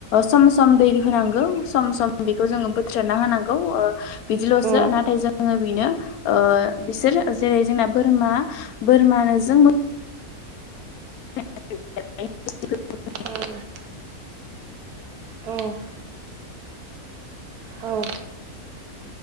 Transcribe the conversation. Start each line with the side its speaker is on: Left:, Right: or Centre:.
Left: सम सम दै होनागौ सम सम बिखौ जों बोर्थोना होनागौ ओ बिदिल
Right: औ
Left: सो नाथाय जोङो बिनो ओ बिसोरो जेरै जोंना बोरमा बोरमाजों मो <inaudible>
Right: <unintelligible> औ औ